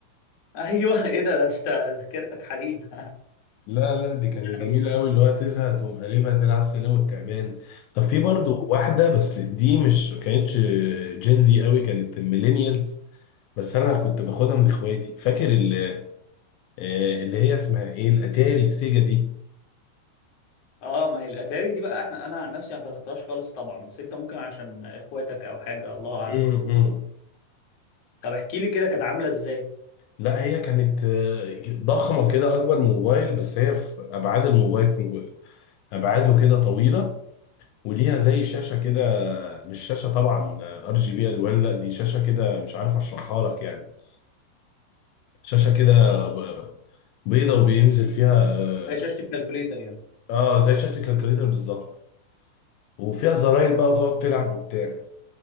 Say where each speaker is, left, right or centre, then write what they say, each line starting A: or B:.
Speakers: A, on the left; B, on the left.
A: ايوه ايه ده ده انت ذاكرتك حديد <laughs>
B: لا لا دي كانت جميلة
A: أوي.
B: قوي اللي هو تزهق تقوم قلبها تلعب سلم والتعبان طب في برضو واحدة بس دي مش كانتش جينزي قوي كانت ميلينيالز بس أنا كنت باخدها من إخواتي فاكر ال- آه، اللي هي اسمها إيه الأتاري السيجا دي
A: اه ما هي الاتاري دي بقى احنا انا عن نفسي ما حضرتهاش خالص طبعا بس انت ممكن عشان اخواتك او حاجه الله اعلم
B: مم، مم.
A: طب احكي لي كده كانت عامله ازاي
B: لا هي كانت آه، ضخمة كده أكبر موبايل بس هي في أبعاد الموبايل أبعاده كده طويلة وليها زي شاشة كده مش شاشة طبعا ار جي بي ألوان لا دي شاشة كده مش عارف أشرحها لك يعني شاشة كده ب- بيضة وبينزل فيها آه
A: هي شاشه الكالكوليتر يعني
B: آه، زي شاشة الكالكوليتر بالظبط وفيها زراير بقى وتقعد تلعب وبتاع